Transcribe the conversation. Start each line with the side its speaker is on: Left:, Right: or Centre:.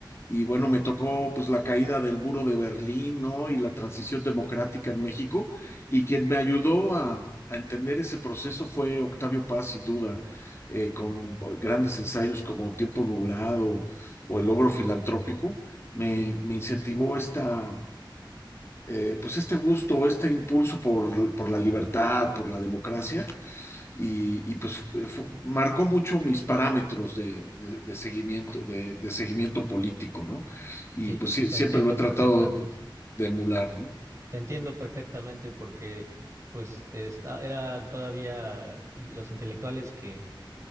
Left: y bueno, me tocó pues la caída del muro de Berlín, ¿no? Y la transición democrática en México, y quien me ayudó a, a entender ese proceso fue Octavio Paz, sin duda, eh, con grandes ensayos como Tiempo Nublado o El Logro Filantrópico, me, me incentivó esta eh, pues este gusto, este impulso por, por la libertad, por la democracia, y, y pues eh, fu- marcó mucho mis parámetros de, de- de seguimiento, de, de seguimiento político, ¿no? Y
Right: Sí,
Left: pues sí,
Right: te
Left: siempre
Right: entiendo
Left: lo he tratado
Right: perfectamente.
Left: de emular, ¿no?
Right: Te entiendo perfectamente porque pues esta- eran todavía in- los intelectuales que